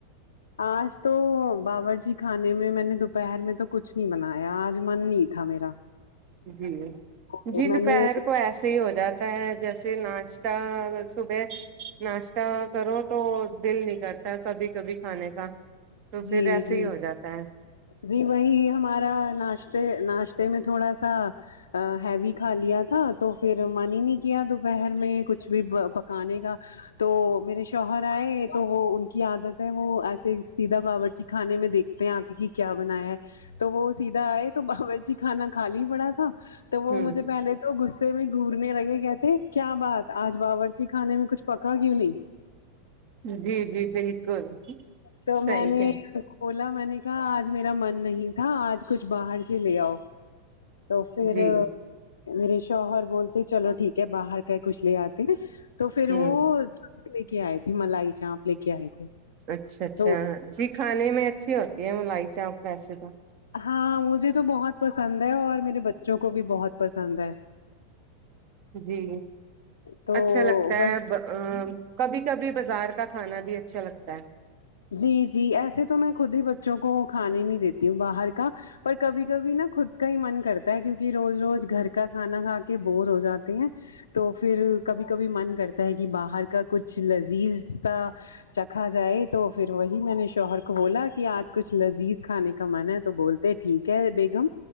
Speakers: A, on the left (about 70°); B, on the right (about 40°).
A: آج تو باورچی خانے میں میں نے دوپہر میں تو کچھ نہیں بنایا آج من نہیں تھا میرا
B: جی
A: تو
B: جی دوپہر
A: میں نے
B: کو ایسے ہی ہو جاتا جیسے ناشتہ صبح ناشتہ کرو تو دل نک کرتا ہے کبھی کبھی کھانے کا تو
A: جی
B: پھر ایسے
A: جی
B: ہی ہو جاتا ہے
A: جی وہی ہمارا ناشتے ناشتے میں تھوڑا سا ہیوی کھا لیا تھا تو پھر من ہی نہیں کیا دوپہر میں کچھ بھی پکانے کا تو میرے شوہر آئے تو وہ ان کی عادت ہے وہ ایسے سیدھا باورچی خانے میں دیکھتے ہیں آ کے کی کیا بنایا ہے تو وہ سیدھا آئے تو باورورچی خھانا کھالی پڑا تھا تو وہ
B: ہ
A: مجھے پہلے تو غصے میں گورنے لگے کہتے کیا بات آج باورچی خانے میں کچھ پکا کیوں نہیں
B: جی جی بالکل
A: تو
B: صحیح
A: میں نے
B: ہے
A: کھولا میں نے کہا آج میرا من نہیں تھا آج کچھ باہر سے لے آؤ تو پھر
B: جی
A: میرے شوہر بولتے چلو ٹھیک ہے باہر کہ کچھ لے آتے ن تو پھر
B: ہوں
A: وہ چانپ لے کے آئے تھے ملائی چانپ لے کے آئے تھے
B: اچھا اچھا
A: تو
B: جی کھانے میں اچھی ہوتی ہے ملائی چاپ ویسے تو
A: ہاں مجھے تو بہت پسند ہے اور میرے بچوں کو بھی بہت پسند ہے
B: جی
A: تو
B: اچھا لگتا
A: وہ
B: ہے ا کبھی کبھی بازار کا کھانا بھی اچھا لگتا ہے
A: جی جی ایسے تو میں خود ہی بچوں کو کھانے نہیں دیتی ہوں باہر کا پر کبھی کبھی نا خود کا ہی من کرتا ہے کیونکہ روز روز گھر کا کھانا کھا کے بور ہو جاتے ہیں تو پھر کبھی کبھی من کرتا ہے کہ باہر کا کچھ لذیذ سا چکھا جائے تو پھر وہی میں نے شوہر کو بولا کہ آج کچھ لذیذ کھانے کا من ہے تو بولتے ٹھیک ہے بیگم